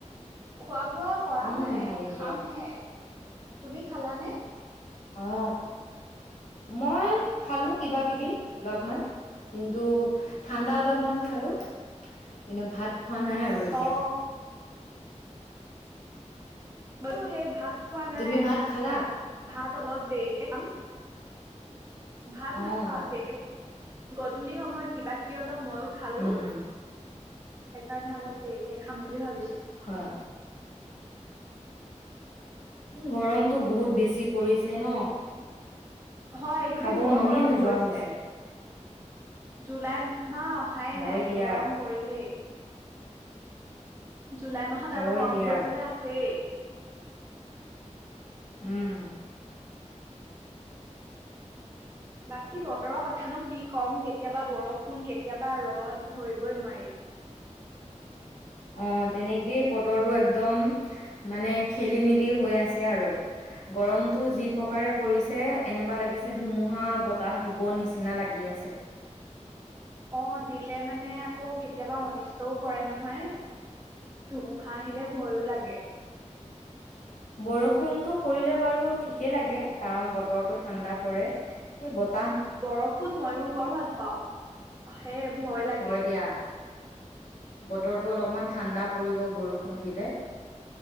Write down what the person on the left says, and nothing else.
উম,
ভালেই
দিয়া।
অ, মই খালো কিবাকিবি অলপমান, কিন্তু ঠাণ্ডা অলপমান খালো। কিন্তু ভাত খোৱা নাই আৰু এতিয়া।
তুমি ভাত খালা?
অ',
উম,
হয় অ। উ গৰমতটো বহুত বেছি পৰিছে ন'!
খাব
মনেই
নোযোৱা
হৈছে।
হয়
দিয়া,
হয়
দিয়া,
উম,
অ তেনেকেই বতৰটো একদম মানে খেলিমেলি হৈ আছে আৰু। গৰমটো যি প্ৰকাৰে পৰিছে এনেকুৱা লাগিছে ধুমুহা বতাহ দিব নিচিনা লাগি আছে।
বৰষুণতো পৰিলে বাৰু ঠিকেই লাগে, কাৰণ বতৰটো ঠাণ্ডা পৰে। এই বত
হয় দিয়া বতৰটো অলপমান ঠাণ্ডা পৰিব বৰষুণ দিলে।